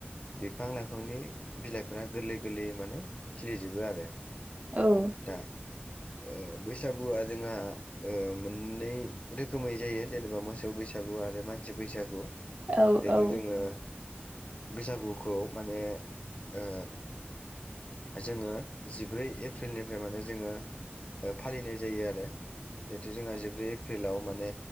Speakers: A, on the left (about 30°); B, on the right (about 35°).
A: बिफां लाइफांनि बिलाइफोरा गोरलै गोरलैयै माने खिलिजोबो आरो
B: औ
A: दा ओ बैसागुआ जोंहा ओ मोननै रोखोमै जायो जेनेबा मोसौ बैसागु गु आरो मानसि बैसागु
B: औ औ
A: जिहेथु
B: औ
A: जोङो। बैसागुखौ माने ओ जोङो जिब्रै एप्रिलनिफ्राय माने जोङो फालिनाय जायो आरो जिहेथु जोंहा जिब्रै एप्रिलाव माने